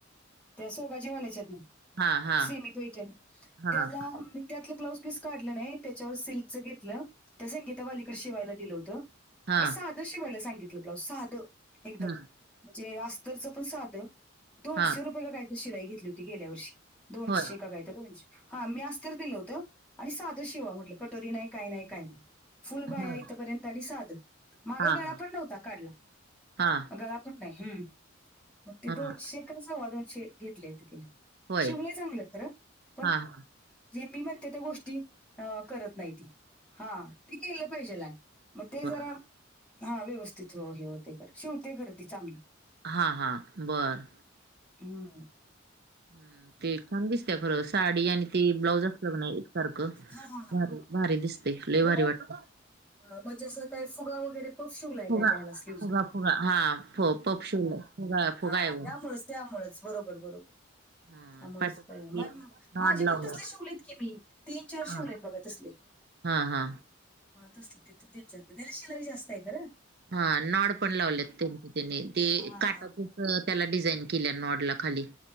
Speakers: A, in the centre; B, on the right.
A: त्यां सोगांजी म्हणांयच्यांत नां
B: हा हा
A: सीमी पेंट
B: हा
A: त्यांला. त्यांतलं ब्लांऊज पीस काढलं नाहीं त्यांच्यावर सिल्कचं घेतलं त्या संगीता वालीकडे शिवायलां दिलं होतं.
B: हा
A: मी साधं शिवांयला सांगितलं ब्लांऊज साधं एकदंम.
B: ह
A: म्हणजे अस्तरचं पणं साधं दोनशे
B: हा
A: रुपये कां कायंच शिलाई घेतली होती गेल्यां वर्षी. दोनशे
B: होय
A: कां कायं तरं दोनशे हां मी अस्तंर दिलं होतं आणि साधं शिवां म्हटलं की. दोरी नाहीं कांहीं नाहीं कांहीं नाहीं. फुलं बांया
B: होय
A: इथपर्यंत आणि साधं मागं
B: हा
A: गळां
B: हा
A: पणं नव्हतां काढलां.
B: हा
A: गळां पणं नाहीं हम्मं. ते
B: हा
A: दोनशे कसां सवां दोनशे घेतले होते तिने
B: होय
A: शिवलेय चांगलं तरं पणं.
B: हा हा
A: जे मी म्हणते त्या गोष्टी आ करत. नाही ती हा ते केल पाहिजेला, मग ते
B: बर
A: जरा हा व्यवस्थित हो हे होते. शिवते खर ती चांगली.
B: हा. हा. बर.
A: हम्म.
B: हम् ते छान दिसते खर. साडी आणि ते ब्लाऊज असल का नाही. सारख
A: हा हा हा
B: भारी भारी दिसते लय
A: हो
B: भारी
A: ना?
B: वाटते.
A: म्हणजे अस काय फुगा वगैरे. ब्लॉऊस शिव लाय काय
B: फुगा
A: त्यान स्लीव
B: फुगा
A: ला.
B: फुगा हा फ पपशोल फुगा फुगा
A: ह
B: आहे वर
A: त्यामुळे त्यामुळेच बरोबर बरोबर
B: हा
A: त्यामुळेच.
B: पाठी
A: माझे
B: नॉड लावलं
A: पण तसले शिवलेत की मी तीन चार
B: हा
A: शिवलेत बघा तसली.
B: हा- हा
A: हा तस तिथून त्यांच्या त्याला शिलाई जास्त आहे खंर.
B: हा नॉड पण लावलेत त्यांनी त्यांच्या त्यानी ते
A: हा,
B: काटातून
A: हा.
B: ह त्याला डिझाईन केल्या नॉडला खाली.